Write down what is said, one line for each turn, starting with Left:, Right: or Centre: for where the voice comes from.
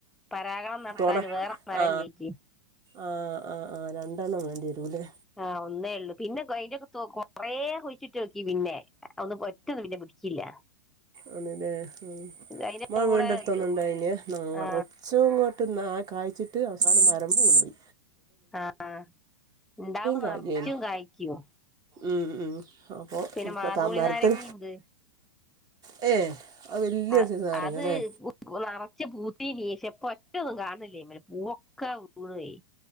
Centre: പരാഗണംം നടത്താൻ
Right: തുണ
Centre: വേറെ മരലേക്ക്
Right: ആ ആ ആ ആ രണ്ടെണ്ണം വേണ്ടി വരൂല്ലേ
Centre: ആഹ് ഒന്നേ ഉള്ളൂ പിന്നെ അയിന്റെൊക്കെ കൊറേ കുയിച്ചിട്ടോക്കി പിന്നെ ഇപ്പൊ ഒറ്റൊന്നിനേം പിന്നെ പിടിക്കില്ല
Right: ആൺലെ ഉ അ
Centre: ഇത് അതിന്റെ
Right: ഇങ്ങളെ
Centre: കൂടെ
Right: വീടിന്റെ അടുത്തൊന്നും
Centre: ഇത്,
Right: ഇണ്ടായിലെ നെറച്ചും
Centre: ആ
Right: ഇങ്ങോട്ട ഒന്നാകെ കായിച്ചിട്ട് അവസാനം മരം ബീണോയി
Centre: ആഹ ഉണ്ടാവുമ്പോ നിറച്ചും
Right: കായേന്
Centre: കായ്ക്കും
Right: ഉം ഉം അപ്പൊ
Centre: പിന്നെ
Right: ഇപ്പൊ
Centre: മാതോളി
Right: മരത്തിൽ
Centre: നാരങ്ങയുണ്ട്
Right: ഏ അത് വലിയൊരു
Centre: ആ
Right: സൈസ് നാരങ്ങ
Centre: അത്
Right: അല്ലേ
Centre: പച്ച പൂത്തീന്റേഷം ഇപ്പൊ ഒറ്റ ഒന്നും കാണില്യഅയിൽ പൂവൊക്കെ വീണോയി